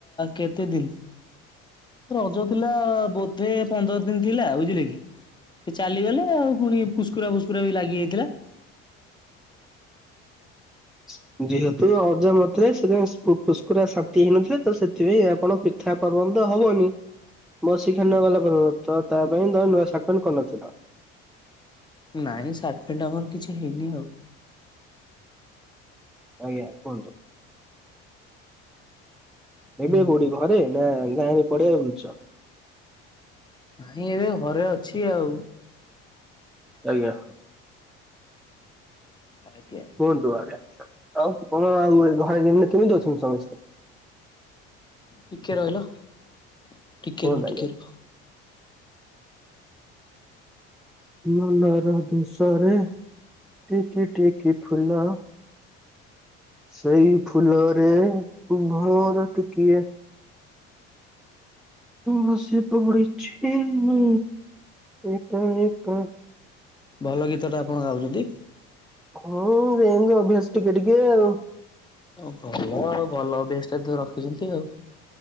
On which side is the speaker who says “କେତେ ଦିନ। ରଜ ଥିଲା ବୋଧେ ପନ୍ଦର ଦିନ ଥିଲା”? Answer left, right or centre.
Left